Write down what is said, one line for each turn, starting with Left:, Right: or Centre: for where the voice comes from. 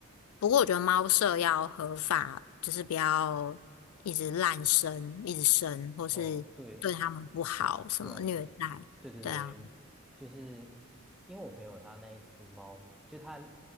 Left: 不过我觉得猫舍要合法，就是不要一直滥生、一直生，或是对它们不好，
Centre: 哦，对。
Left: 什么虐待，
Centre: 不然，对对对，
Left: 对啊。
Centre: 就是因为我朋友他那一只猫，就他